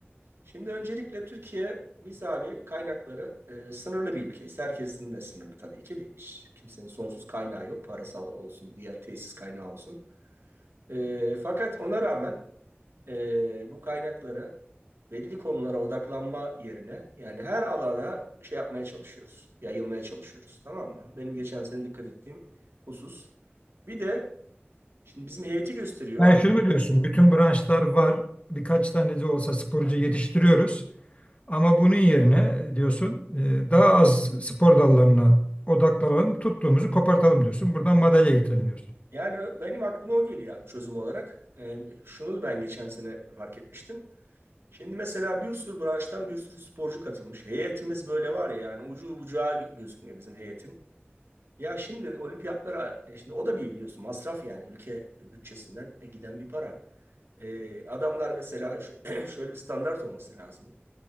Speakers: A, on the right (about 70°); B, on the left (about 30°).
A: Şimdi öncelikle Türkiye biz abi kaynakları e, sınırlı bir ülkeyiz. Herkesin de sınırlı tabii ki. değil. Hiç Kimsenin sonsuz kaynağı yok. Parasal olsun, diğer tesis kaynağı olsun. E, fakat ona rağmen e, bu kaynakları belli konulara odaklanma yerine yani her alana şey yapmaya çalışıyoruz. Yayılmaya çalışıyoruz. Tamam mı? Benim geçen sene dikkat ettiğim husus. Bir de şimdi bizim heyeti gösteriyor
B: Yani
A: abi.
B: şunu mu diyorsun? Bütün branşlar var. Birkaç tane de olsa sporcu yetiştiriyoruz. Ama bunun yerine diyorsun e, daha az spor dallarına odaklanalım. Tuttuğumuzu kopartalım diyorsun. Buradan madalya getirelim diyorsun.
A: Yani ö- benim aklıma o geliyor abi çözüm olarak. Ee, şunu ben geçen sene fark etmiştim. Şimdi mesela bir sürü branştan bir sürü sporcu katılmış. Heyetimiz böyle var ya yani ucu bucağı gözükmüyor bizim heyetin. Ya şimdi olimpiyatlara, e, şimdi o da bir biliyorsun masraf yani ülke bütçesinden e, giden bir para. Ee, adamlar mesela şu- <clears throat> şöyle bir standart olması lazım.